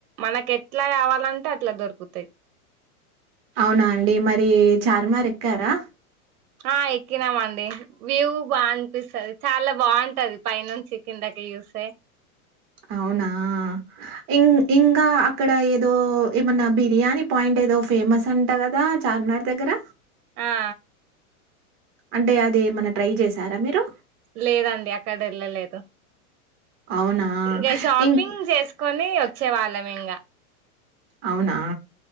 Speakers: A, on the right; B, on the right.
A: మనకి ఎట్లా కావాలంటే అట్లా దొరుకుతాయి
B: అవునా అండి మరి చార్మినార్ ఎక్కారా
A: ఆ ఎక్కినా మండి వ్యూ బా అనిపిస్తది చాలా బాగుంటది పై నుంచి కిందకి చూస్తే
B: అవునా ఇంగ్ ఇంగ్ ఇంకా అక్కడ ఏదో ఏమన్నా బిర్యానీ పాయింట్ ఏదో ఫేమస్ అంటా కదా చార్మినార్ దగ్గర
A: ఆ
B: అంటే అది ఏమన్నా ట్రై చేశారా మీరు
A: లేదండి అక్కడ ఎళ్ళలేదు
B: అవునా
A: ఇంకా షాపింగ్
B: ఇం
A: చేసుకొని వ చే వాళ్ళమింగా
B: అవునా